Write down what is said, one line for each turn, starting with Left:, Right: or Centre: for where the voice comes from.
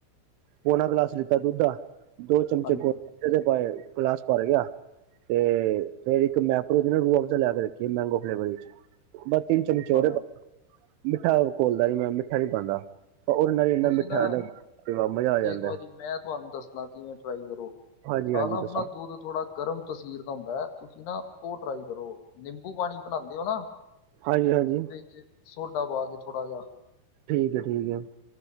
Right: ਪੌਣਾ ਗਲਾਸ ਲਿੱਤਾ ਦੁੱਧ ਦਾ ਦੋ ਚਮਚੇ
Left: ਹਾਂਜੀ
Right: ਗੋਦ ਕਤੀਰਾ ਪਾਏ ਗਿਲਾਸ ਭਰ ਗਿਆ। ਤੇ ਫੇਰ ਇੱਕ ਮੈਂ ਆਪਣੇ ਨਾਲ ਰੂਆਜ਼ਾ ਲੈ ਕੇ ਰੱਖੀ ਮੈਂਗੋ ਫਲੇਵਰ ਵਿਚ। ਬਸ ਤਿੰਨ ਚਮਚੇ
Left: ਹਾਂ
Right: ਮਿੱਠਾ ਕੋੋਲਦਾ ਨੀ ਮੈਂ ਮਿੱਠਾ ਨੀ ਪਾਂਦਾ। ਉਹ ਨਾਲ ਹ ਇੰਨਾ
Left: ਤੁਸੀਂ
Right: ਮਿੱਠਾ।
Left: ਨਾ
Right: ਮਜ਼ਾ ਆ ਜਾਂਦਾ
Left: ਇੱਕ ਵਾਰੀ ਮੈਂ ਤੁਹਾਨੂੰ ਦੱਸਣਾ ਕਿਵੇਂ ਟਰਾਈ ਕਰੋ
Right: ਹਾਂਜੀ
Left: ਆ
Right: ਹਾਂਜੀ
Left: ਆਪਣਾ
Right: ਦੱਸੋ
Left: ਦੂਧ। ਦੁਦ ਥੋੜਾ ਗਰਮ ਤਸੀਰ ਦਾ ਹੁੰਦਾ ਤੁਸੀਂ ਨਾ ਉਹ ਟਰਾਈ ਕਰੋ ਨਿੰਬੂ ਪਾਣੀ ਬਣਾਦੇ ਹੋ ਨਾ।
Right: ਹਾਂਜੀ। ਹਾਂਜੀ।
Left: ਵਿੱਚ ਸੋਡਾ ਪਾ ਕੇ ਥੋੜਾ ਜਿਹਾ।
Right: ਠੀਕ ਹੈ। ਠੀਕ ਹੈ।